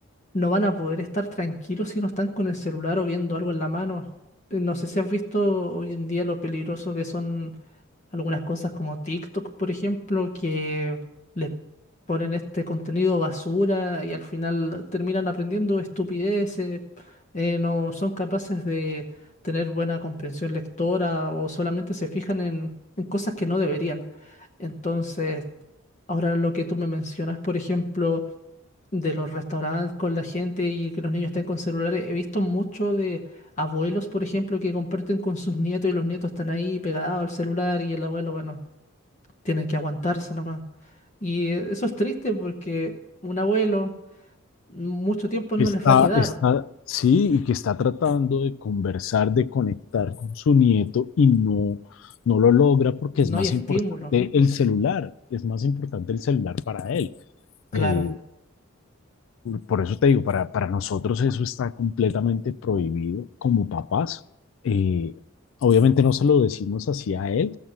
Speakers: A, on the left; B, on the left.
A: no van a poder estar tranquilos si no están con el celular o viendo algo en la mano. Eh, No sé si has visto hoy en día lo peligroso que son algunas cosas como TikTok, por ejemplo, que les ponen este contenido basura y al final terminan aprendiendo estupideces, eh, no son capaces de tener buena comprensión lectora o solamente se fijan en, en cosas que no deberían. Entonces, ahora lo que tú me mencionas, por ejemplo, de los restaurantes con la gente y que los niños estén con celulares. He visto mucho de abuelos, por ejemplo, que comparten con sus nietos y los nietos están ahí pegados al celular y el abuelo, bueno, tiene que aguantarse nomás. Y eh, eso es triste porque un abuelo mucho tiempo
B: está,
A: no les va a quedar,
B: está, sí, y que está tratando de conversar, de conectar con su nieto y no, no lo logra porque
A: no
B: es más
A: hay estímulo.
B: importante el celular, es más importante el celular para él.
A: Claro,
B: Eh, Por eso te digo, para, para nosotros eso está completamente prohibido como papás. Eh, obviamente no se lo decimos así a él,